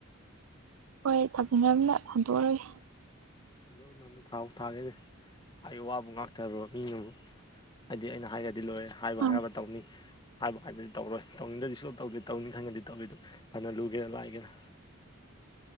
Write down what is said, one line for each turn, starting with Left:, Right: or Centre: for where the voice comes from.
Right: ꯍꯣꯏ ꯊꯥꯖꯤꯟꯒ꯭ꯔꯥꯝꯅꯤꯅ ꯍꯟꯗꯣꯛꯑꯔꯣꯏ
Left: ꯑꯗꯨ ꯊꯥꯎ ꯊꯥꯒ‌ꯦꯗꯤ ꯍꯥꯏꯒꯤ ꯋꯥꯕꯨ ꯉꯥꯛꯇꯕ꯭ꯔ‌ꯣ ꯃꯤꯅꯕꯨ ꯍꯥꯏꯗꯤ ꯑꯩꯅ ꯍꯥꯏꯒ ꯗꯤ ꯂꯣꯏꯔꯦ ꯍꯥꯏꯕꯨ
Right: ꯃꯥꯅꯤ
Left: ꯍꯥꯏꯔꯕ ꯇꯧꯅꯤ ꯍꯥꯏꯕ ꯀꯥꯟꯗꯗꯤ ꯇꯧꯔꯣꯏ ꯇꯧꯅꯤꯡꯗ꯭ꯔꯗꯤ ꯁꯨꯡꯇꯧ ꯇꯧꯗꯦ ꯇꯧꯅꯤ ꯈꯟꯈ꯭ꯔꯗꯤ ꯇꯧꯋꯤꯗꯨ ꯐꯥꯅ ꯂꯨꯒꯦꯔ ꯂꯥꯏꯒꯦꯔꯥ